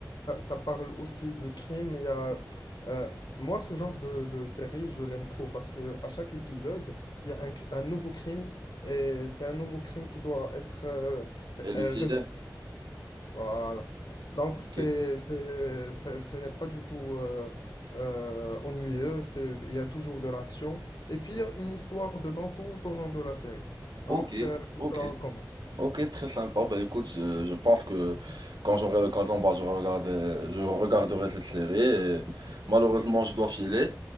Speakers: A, on the left (about 80°); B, on the right (about 80°).
A: ça, ça parle aussi du crime. Il y a, euh, moi, ce genre de, de série, je l'aime trop parce que à chaque épisode, il y a un, cr- un nouveau crime et c'est un nouveau crime qui doit être euh,
B: Et le
A: euh,
B: célèbre,
A: résolu. Voilà. Donc, c'est,
B: ok.
A: c'est- c'est- ce n'est pas du tout euh, euh, ennuyeux. C'est- Il y a toujours de l'action. Et puis, il y a une histoire dedans tout au long de la série. Donc,
B: Ok,
A: euh, je
B: ok,
A: te la recommande.
B: ok, très sympa. Bah écoute, je, je pense que quand j'aurai l'occasion, bah, je regarde, je regarderai cette série. et malheureusement, je dois filer.